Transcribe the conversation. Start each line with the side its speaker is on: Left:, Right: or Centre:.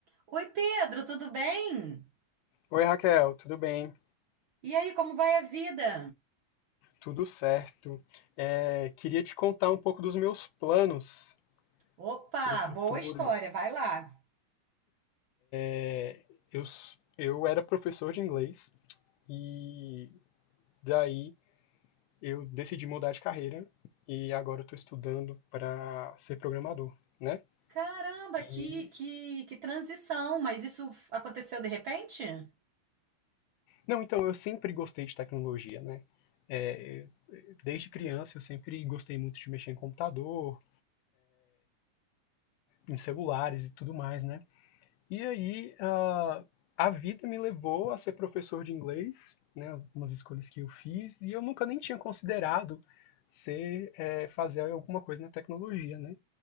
Right: Oi, Pedro, tudo bem?
Left: Oi Raquel, tudo bem?
Right: E aí, como vai a vida?
Left: Tudo certo. É, queria te contar um pouco dos meus planos
Right: Opa,
Left: para o futuro.
Right: boa história, vai lá.
Left: É, Eu, s- eu era professor de inglês e daí eu decidi mudar de carreira e agora estou estudando para ser programador, né?
Right: Caramba,
Left: E
Right: que, que, que transição, mas isso aconteceu de repente?
Left: não, então eu sempre gostei de tecnologia, né? É, eu- desde criança eu sempre gostei muito de mexer em computador, em celulares e tudo mais, né? E aí, ah, a vida me levou a ser professor de inglês, né, umas escolhas que eu fiz, e eu nunca nem tinha considerado ser, eh, fazer alguma coisa na tecnologia, né?